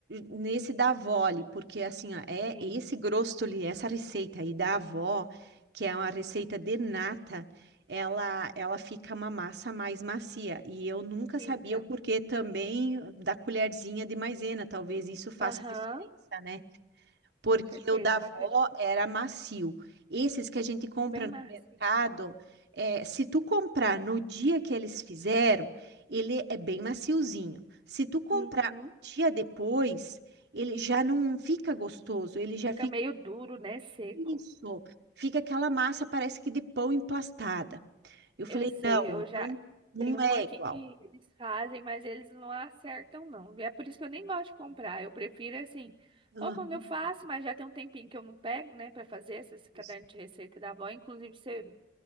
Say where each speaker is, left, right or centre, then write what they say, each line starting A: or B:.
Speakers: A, on the right; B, on the right.
A: nesse da avó, ali, porque assim, ó, é
B: sim,
A: esse grostoli, essa receita aí da avó, que é uma receita de nata, ela, ela fica uma massa mais macia. E eu nunca
B: fica.
A: sabia o porquê também da colherzinha de maisena, talvez isso faça
B: Aham,
A: diferença, né? porque
B: com certeza.
A: o da avó
B: Eu acredito que fica
A: era macio. Esses que a gente compra
B: bem
A: no
B: macio.
A: mercado, é, se tu comprar no dia que eles fizeram, ele é bem maciozinho. Se tu comprar
B: Uhum.
A: um dia depois, ele já não fica gostoso, ele já
B: Fica
A: fica
B: meio duro, né? Seco.
A: isso, fica aquela massa, parece que de pão emplastada. Eu
B: Eu
A: falei,
B: sei,
A: não,
B: eu já
A: não, não
B: tenho um
A: é
B: aqui
A: igual.
B: que eles fazem, mas eles não acertam, não. E é por isso que eu nem gosto de comprar. Eu prefiro assim,
A: Ah,
B: ou quando eu faço, mas já tem um tempinho que eu não pego, né, pra fazer esses cadernos
A: isso.
B: de receita da avó. Inclusive, você